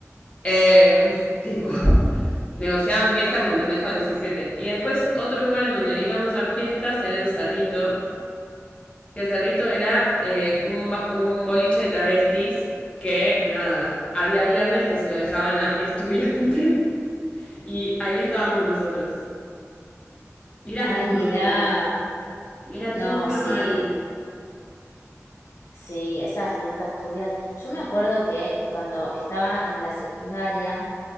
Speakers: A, on the left (about 20°); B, on the left (about 60°).
A: Eh, tipo, <laughs> negociaban fiestas con pendejos de 17. Y después otro lugar en donde íbamos a fiestas era en Cerrito, que Cerrito era eh, un, ba- un boliche de travestis que, nada, había viernes que se lo dejaban a <laughs> estudiantes y ahí estábamos nosotros. Era
B: Ay,
A: turbio.
B: mirá,
A: Era
B: no,
A: turbio
B: sí,
A: mal.
B: sí, esas fiestas turbias. Yo me acuerdo que cuando estaba en la secundaria,